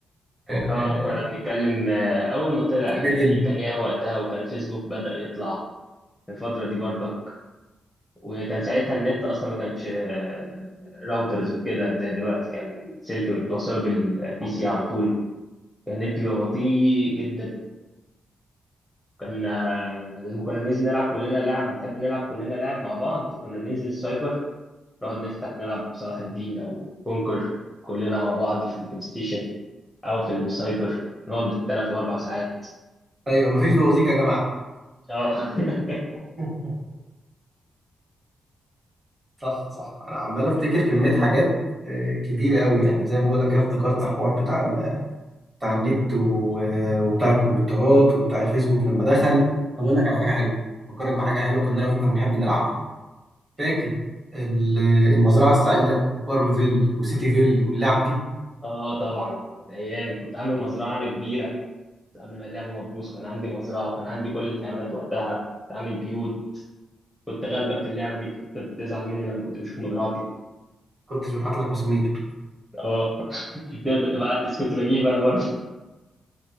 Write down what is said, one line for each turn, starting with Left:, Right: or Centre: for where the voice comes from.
Right: آه،
Centre: اه
Right: آه،
Centre: كنا بنتكلم آه، اول ما طلع
Right: في
Centre: كان
Right: ميدل
Centre: كان ياهو وقتها وكان فيسبوك بدأ يطلع في الفترة دي برضه وكان ساعتها النت اصلا ما كانش آه، راوترز وكده زي دلوقتي كان سلك بتوصله بالبي سي على طول كان النت بيبقى بطيء جدا كان آه، لما كنا بننزل نلعب كلنا لعب بنحب نلعب كلنا لعب مع بعض كنا بننزل السايبر نقعد نفتح نلعب صلاح الدين او كونكر كلنا مع بعض في البلاي ستيشن او في السايبر نقعد بالثلاث واربع ساعات
Right: ايوه مفيش بوازيك يا جماعة
Centre: اه <laughs>
Right: <laughs> صح صح انا عمال افتكر كمية حاجات آه، كبيرة قوي يعني زي ما بقول لك كده افتكرت حوار بتاع ال... بتاع النت و... آه، وبتاع الكمبيوترات وبتاع الفيسبوك لما دخل طب اقول لك على حاجة حلوة افكرك بحاجة حلوة كنا انا وانت بنحب نلعبها فاكر ال- المزرعة السعيدة وفارم فيل وسيتي فيل واللعب دي
Centre: اه طبعا كانت ايام كنت عامل مزرعه انا كبيره قبل ما اللعبة ما تبوظ كان عندي مزرعة وكان عندي كل الحيوانات وقتها كنت عامل بيوت كنت غالبك في اللعبة دي كنت بتزعل مني لما كنت بشوف مزرعتي
Right: كنتش ببعت لك مسامير <laughs>
Centre: اه <laughs> كنت بتبدأ تبعتس كنت بجيب انا برضه